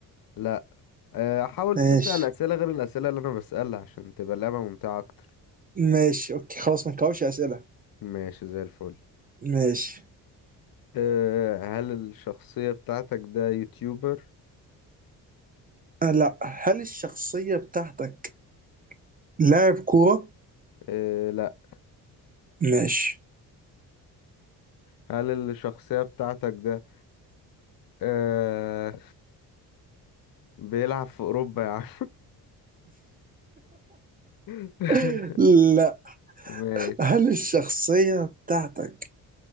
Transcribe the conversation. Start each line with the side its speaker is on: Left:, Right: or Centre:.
Left: لا آه، حاول
Right: ماشي
Left: تسأل أسئلة غير الأسئلة اللي أنا بسألها عشان تبقى اللعبة ممتعة أكتر
Right: ماشي أوكي خلاص ما نكررش أسئلة
Left: ماشي زي الفل
Right: ماشي
Left: آه، هل الشخصية بتاعتك ده يوتيوبر
Right: آه لا هل الشخصية بتاعتك لاعب كورة؟
Left: آه، لا
Right: ماشي
Left: هل الشخصية بتاعتك ده آه، بيلعب في أوروبا يا عم <laughs>
Right: <laughs> لا
Left: ماشي
Right: هل الشخصية بتاعتك